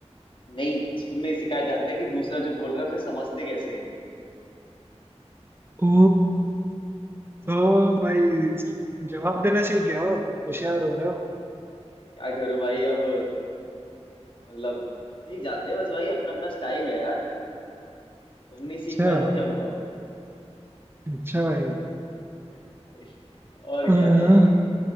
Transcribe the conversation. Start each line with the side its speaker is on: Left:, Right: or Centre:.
Left: नहीं स्कूल में सिखाया जाता है कि दूसरा जो बोल रहा है उसे समझते कैसे है
Right: ओ ओ भाई
Left: <laughs>
Right: जवाब देना सीख गया हो आप होशियार हो रहे हो
Left: क्या करूं भाई अब मतलब सीख जाते हैं बस भाई अपना अपना स्टाइल है यार तुम
Right: अच्छा
Left: नहीं सीख पाए तो क्या हुआ
Right: अच्छा भाई
Left: <laughs> और क्या
Right: अह,
Left: भाई